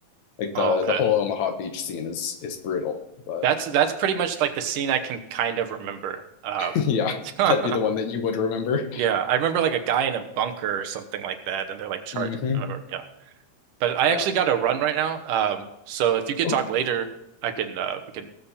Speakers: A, on the left; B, on the right.
A: like
B: Oh,
A: the
B: okay.
A: the whole Omaha Beach scene is is brutal, but
B: That's that's pretty much like the scene I can kind of remember. Um,
A: <laughs> yeah,
B: <laughs>
A: that'd be the one that you would remember.
B: yeah, I remember like a guy in a bunker or something like that, and they're like charged.
A: hmm
B: Remember, yeah, but I actually
A: Yeah,
B: got to run right now. Um, so if you could
A: Okay.
B: talk later, I can uh, we can